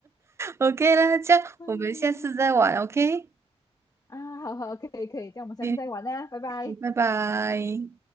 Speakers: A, on the right; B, on the left.
A: OK 啦，这样我们下次再玩。
B: <laughs> 嗯
A: OK，
B: 啊，好好，可以可以，这样我们下次再玩啦，
A: 嗯，
B: 拜拜。
A: 拜拜。